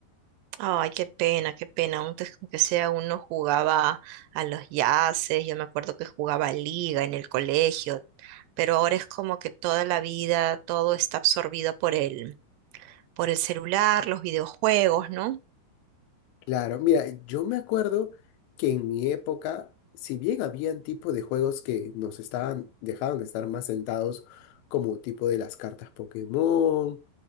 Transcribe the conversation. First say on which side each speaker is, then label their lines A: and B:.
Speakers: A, on the right; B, on the left.
A: Ay, qué pena, qué pena. Antes, como que sea, uno jugaba a los yaces, yo me acuerdo que jugaba a liga en el colegio, pero ahora es como que toda la vida, todo está absorbido por el, por el celular, los videojuegos, ¿no?
B: Claro, mira, yo me acuerdo que en mi época, si bien habían tipo de juegos que nos estaban, dejaban estar más sentados, como tipo de las cartas Pokémon,